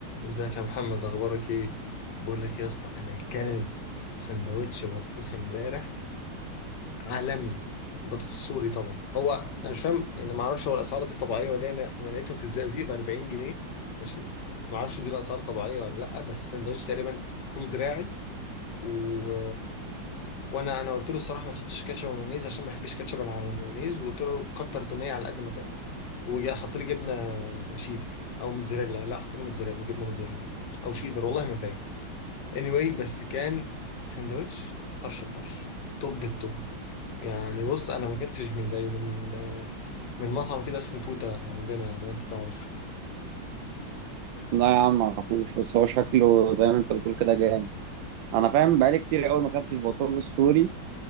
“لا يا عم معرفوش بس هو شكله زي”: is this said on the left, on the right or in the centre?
Right